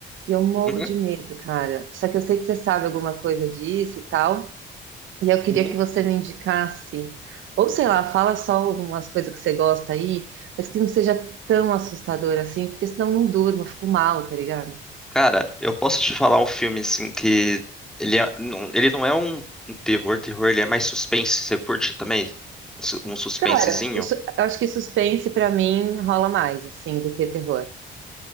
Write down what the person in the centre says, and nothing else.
Uhum,
uhum.
Cara, eu posso te falar um filme assim que ele, é- não, ele não é um, um terror, terror, ele é mais suspense. Você curte também um su- um suspensezinho?